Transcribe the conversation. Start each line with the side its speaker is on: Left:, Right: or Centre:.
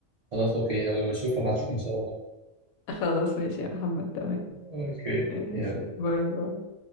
Right: خلاص اوكي اول ما اشوف هبعت لك ان شاء الله
Left: خلاص ماشي يا محمد تمام
Right: اوكي
Left: ماشي
Right: يلا
Left: باي باي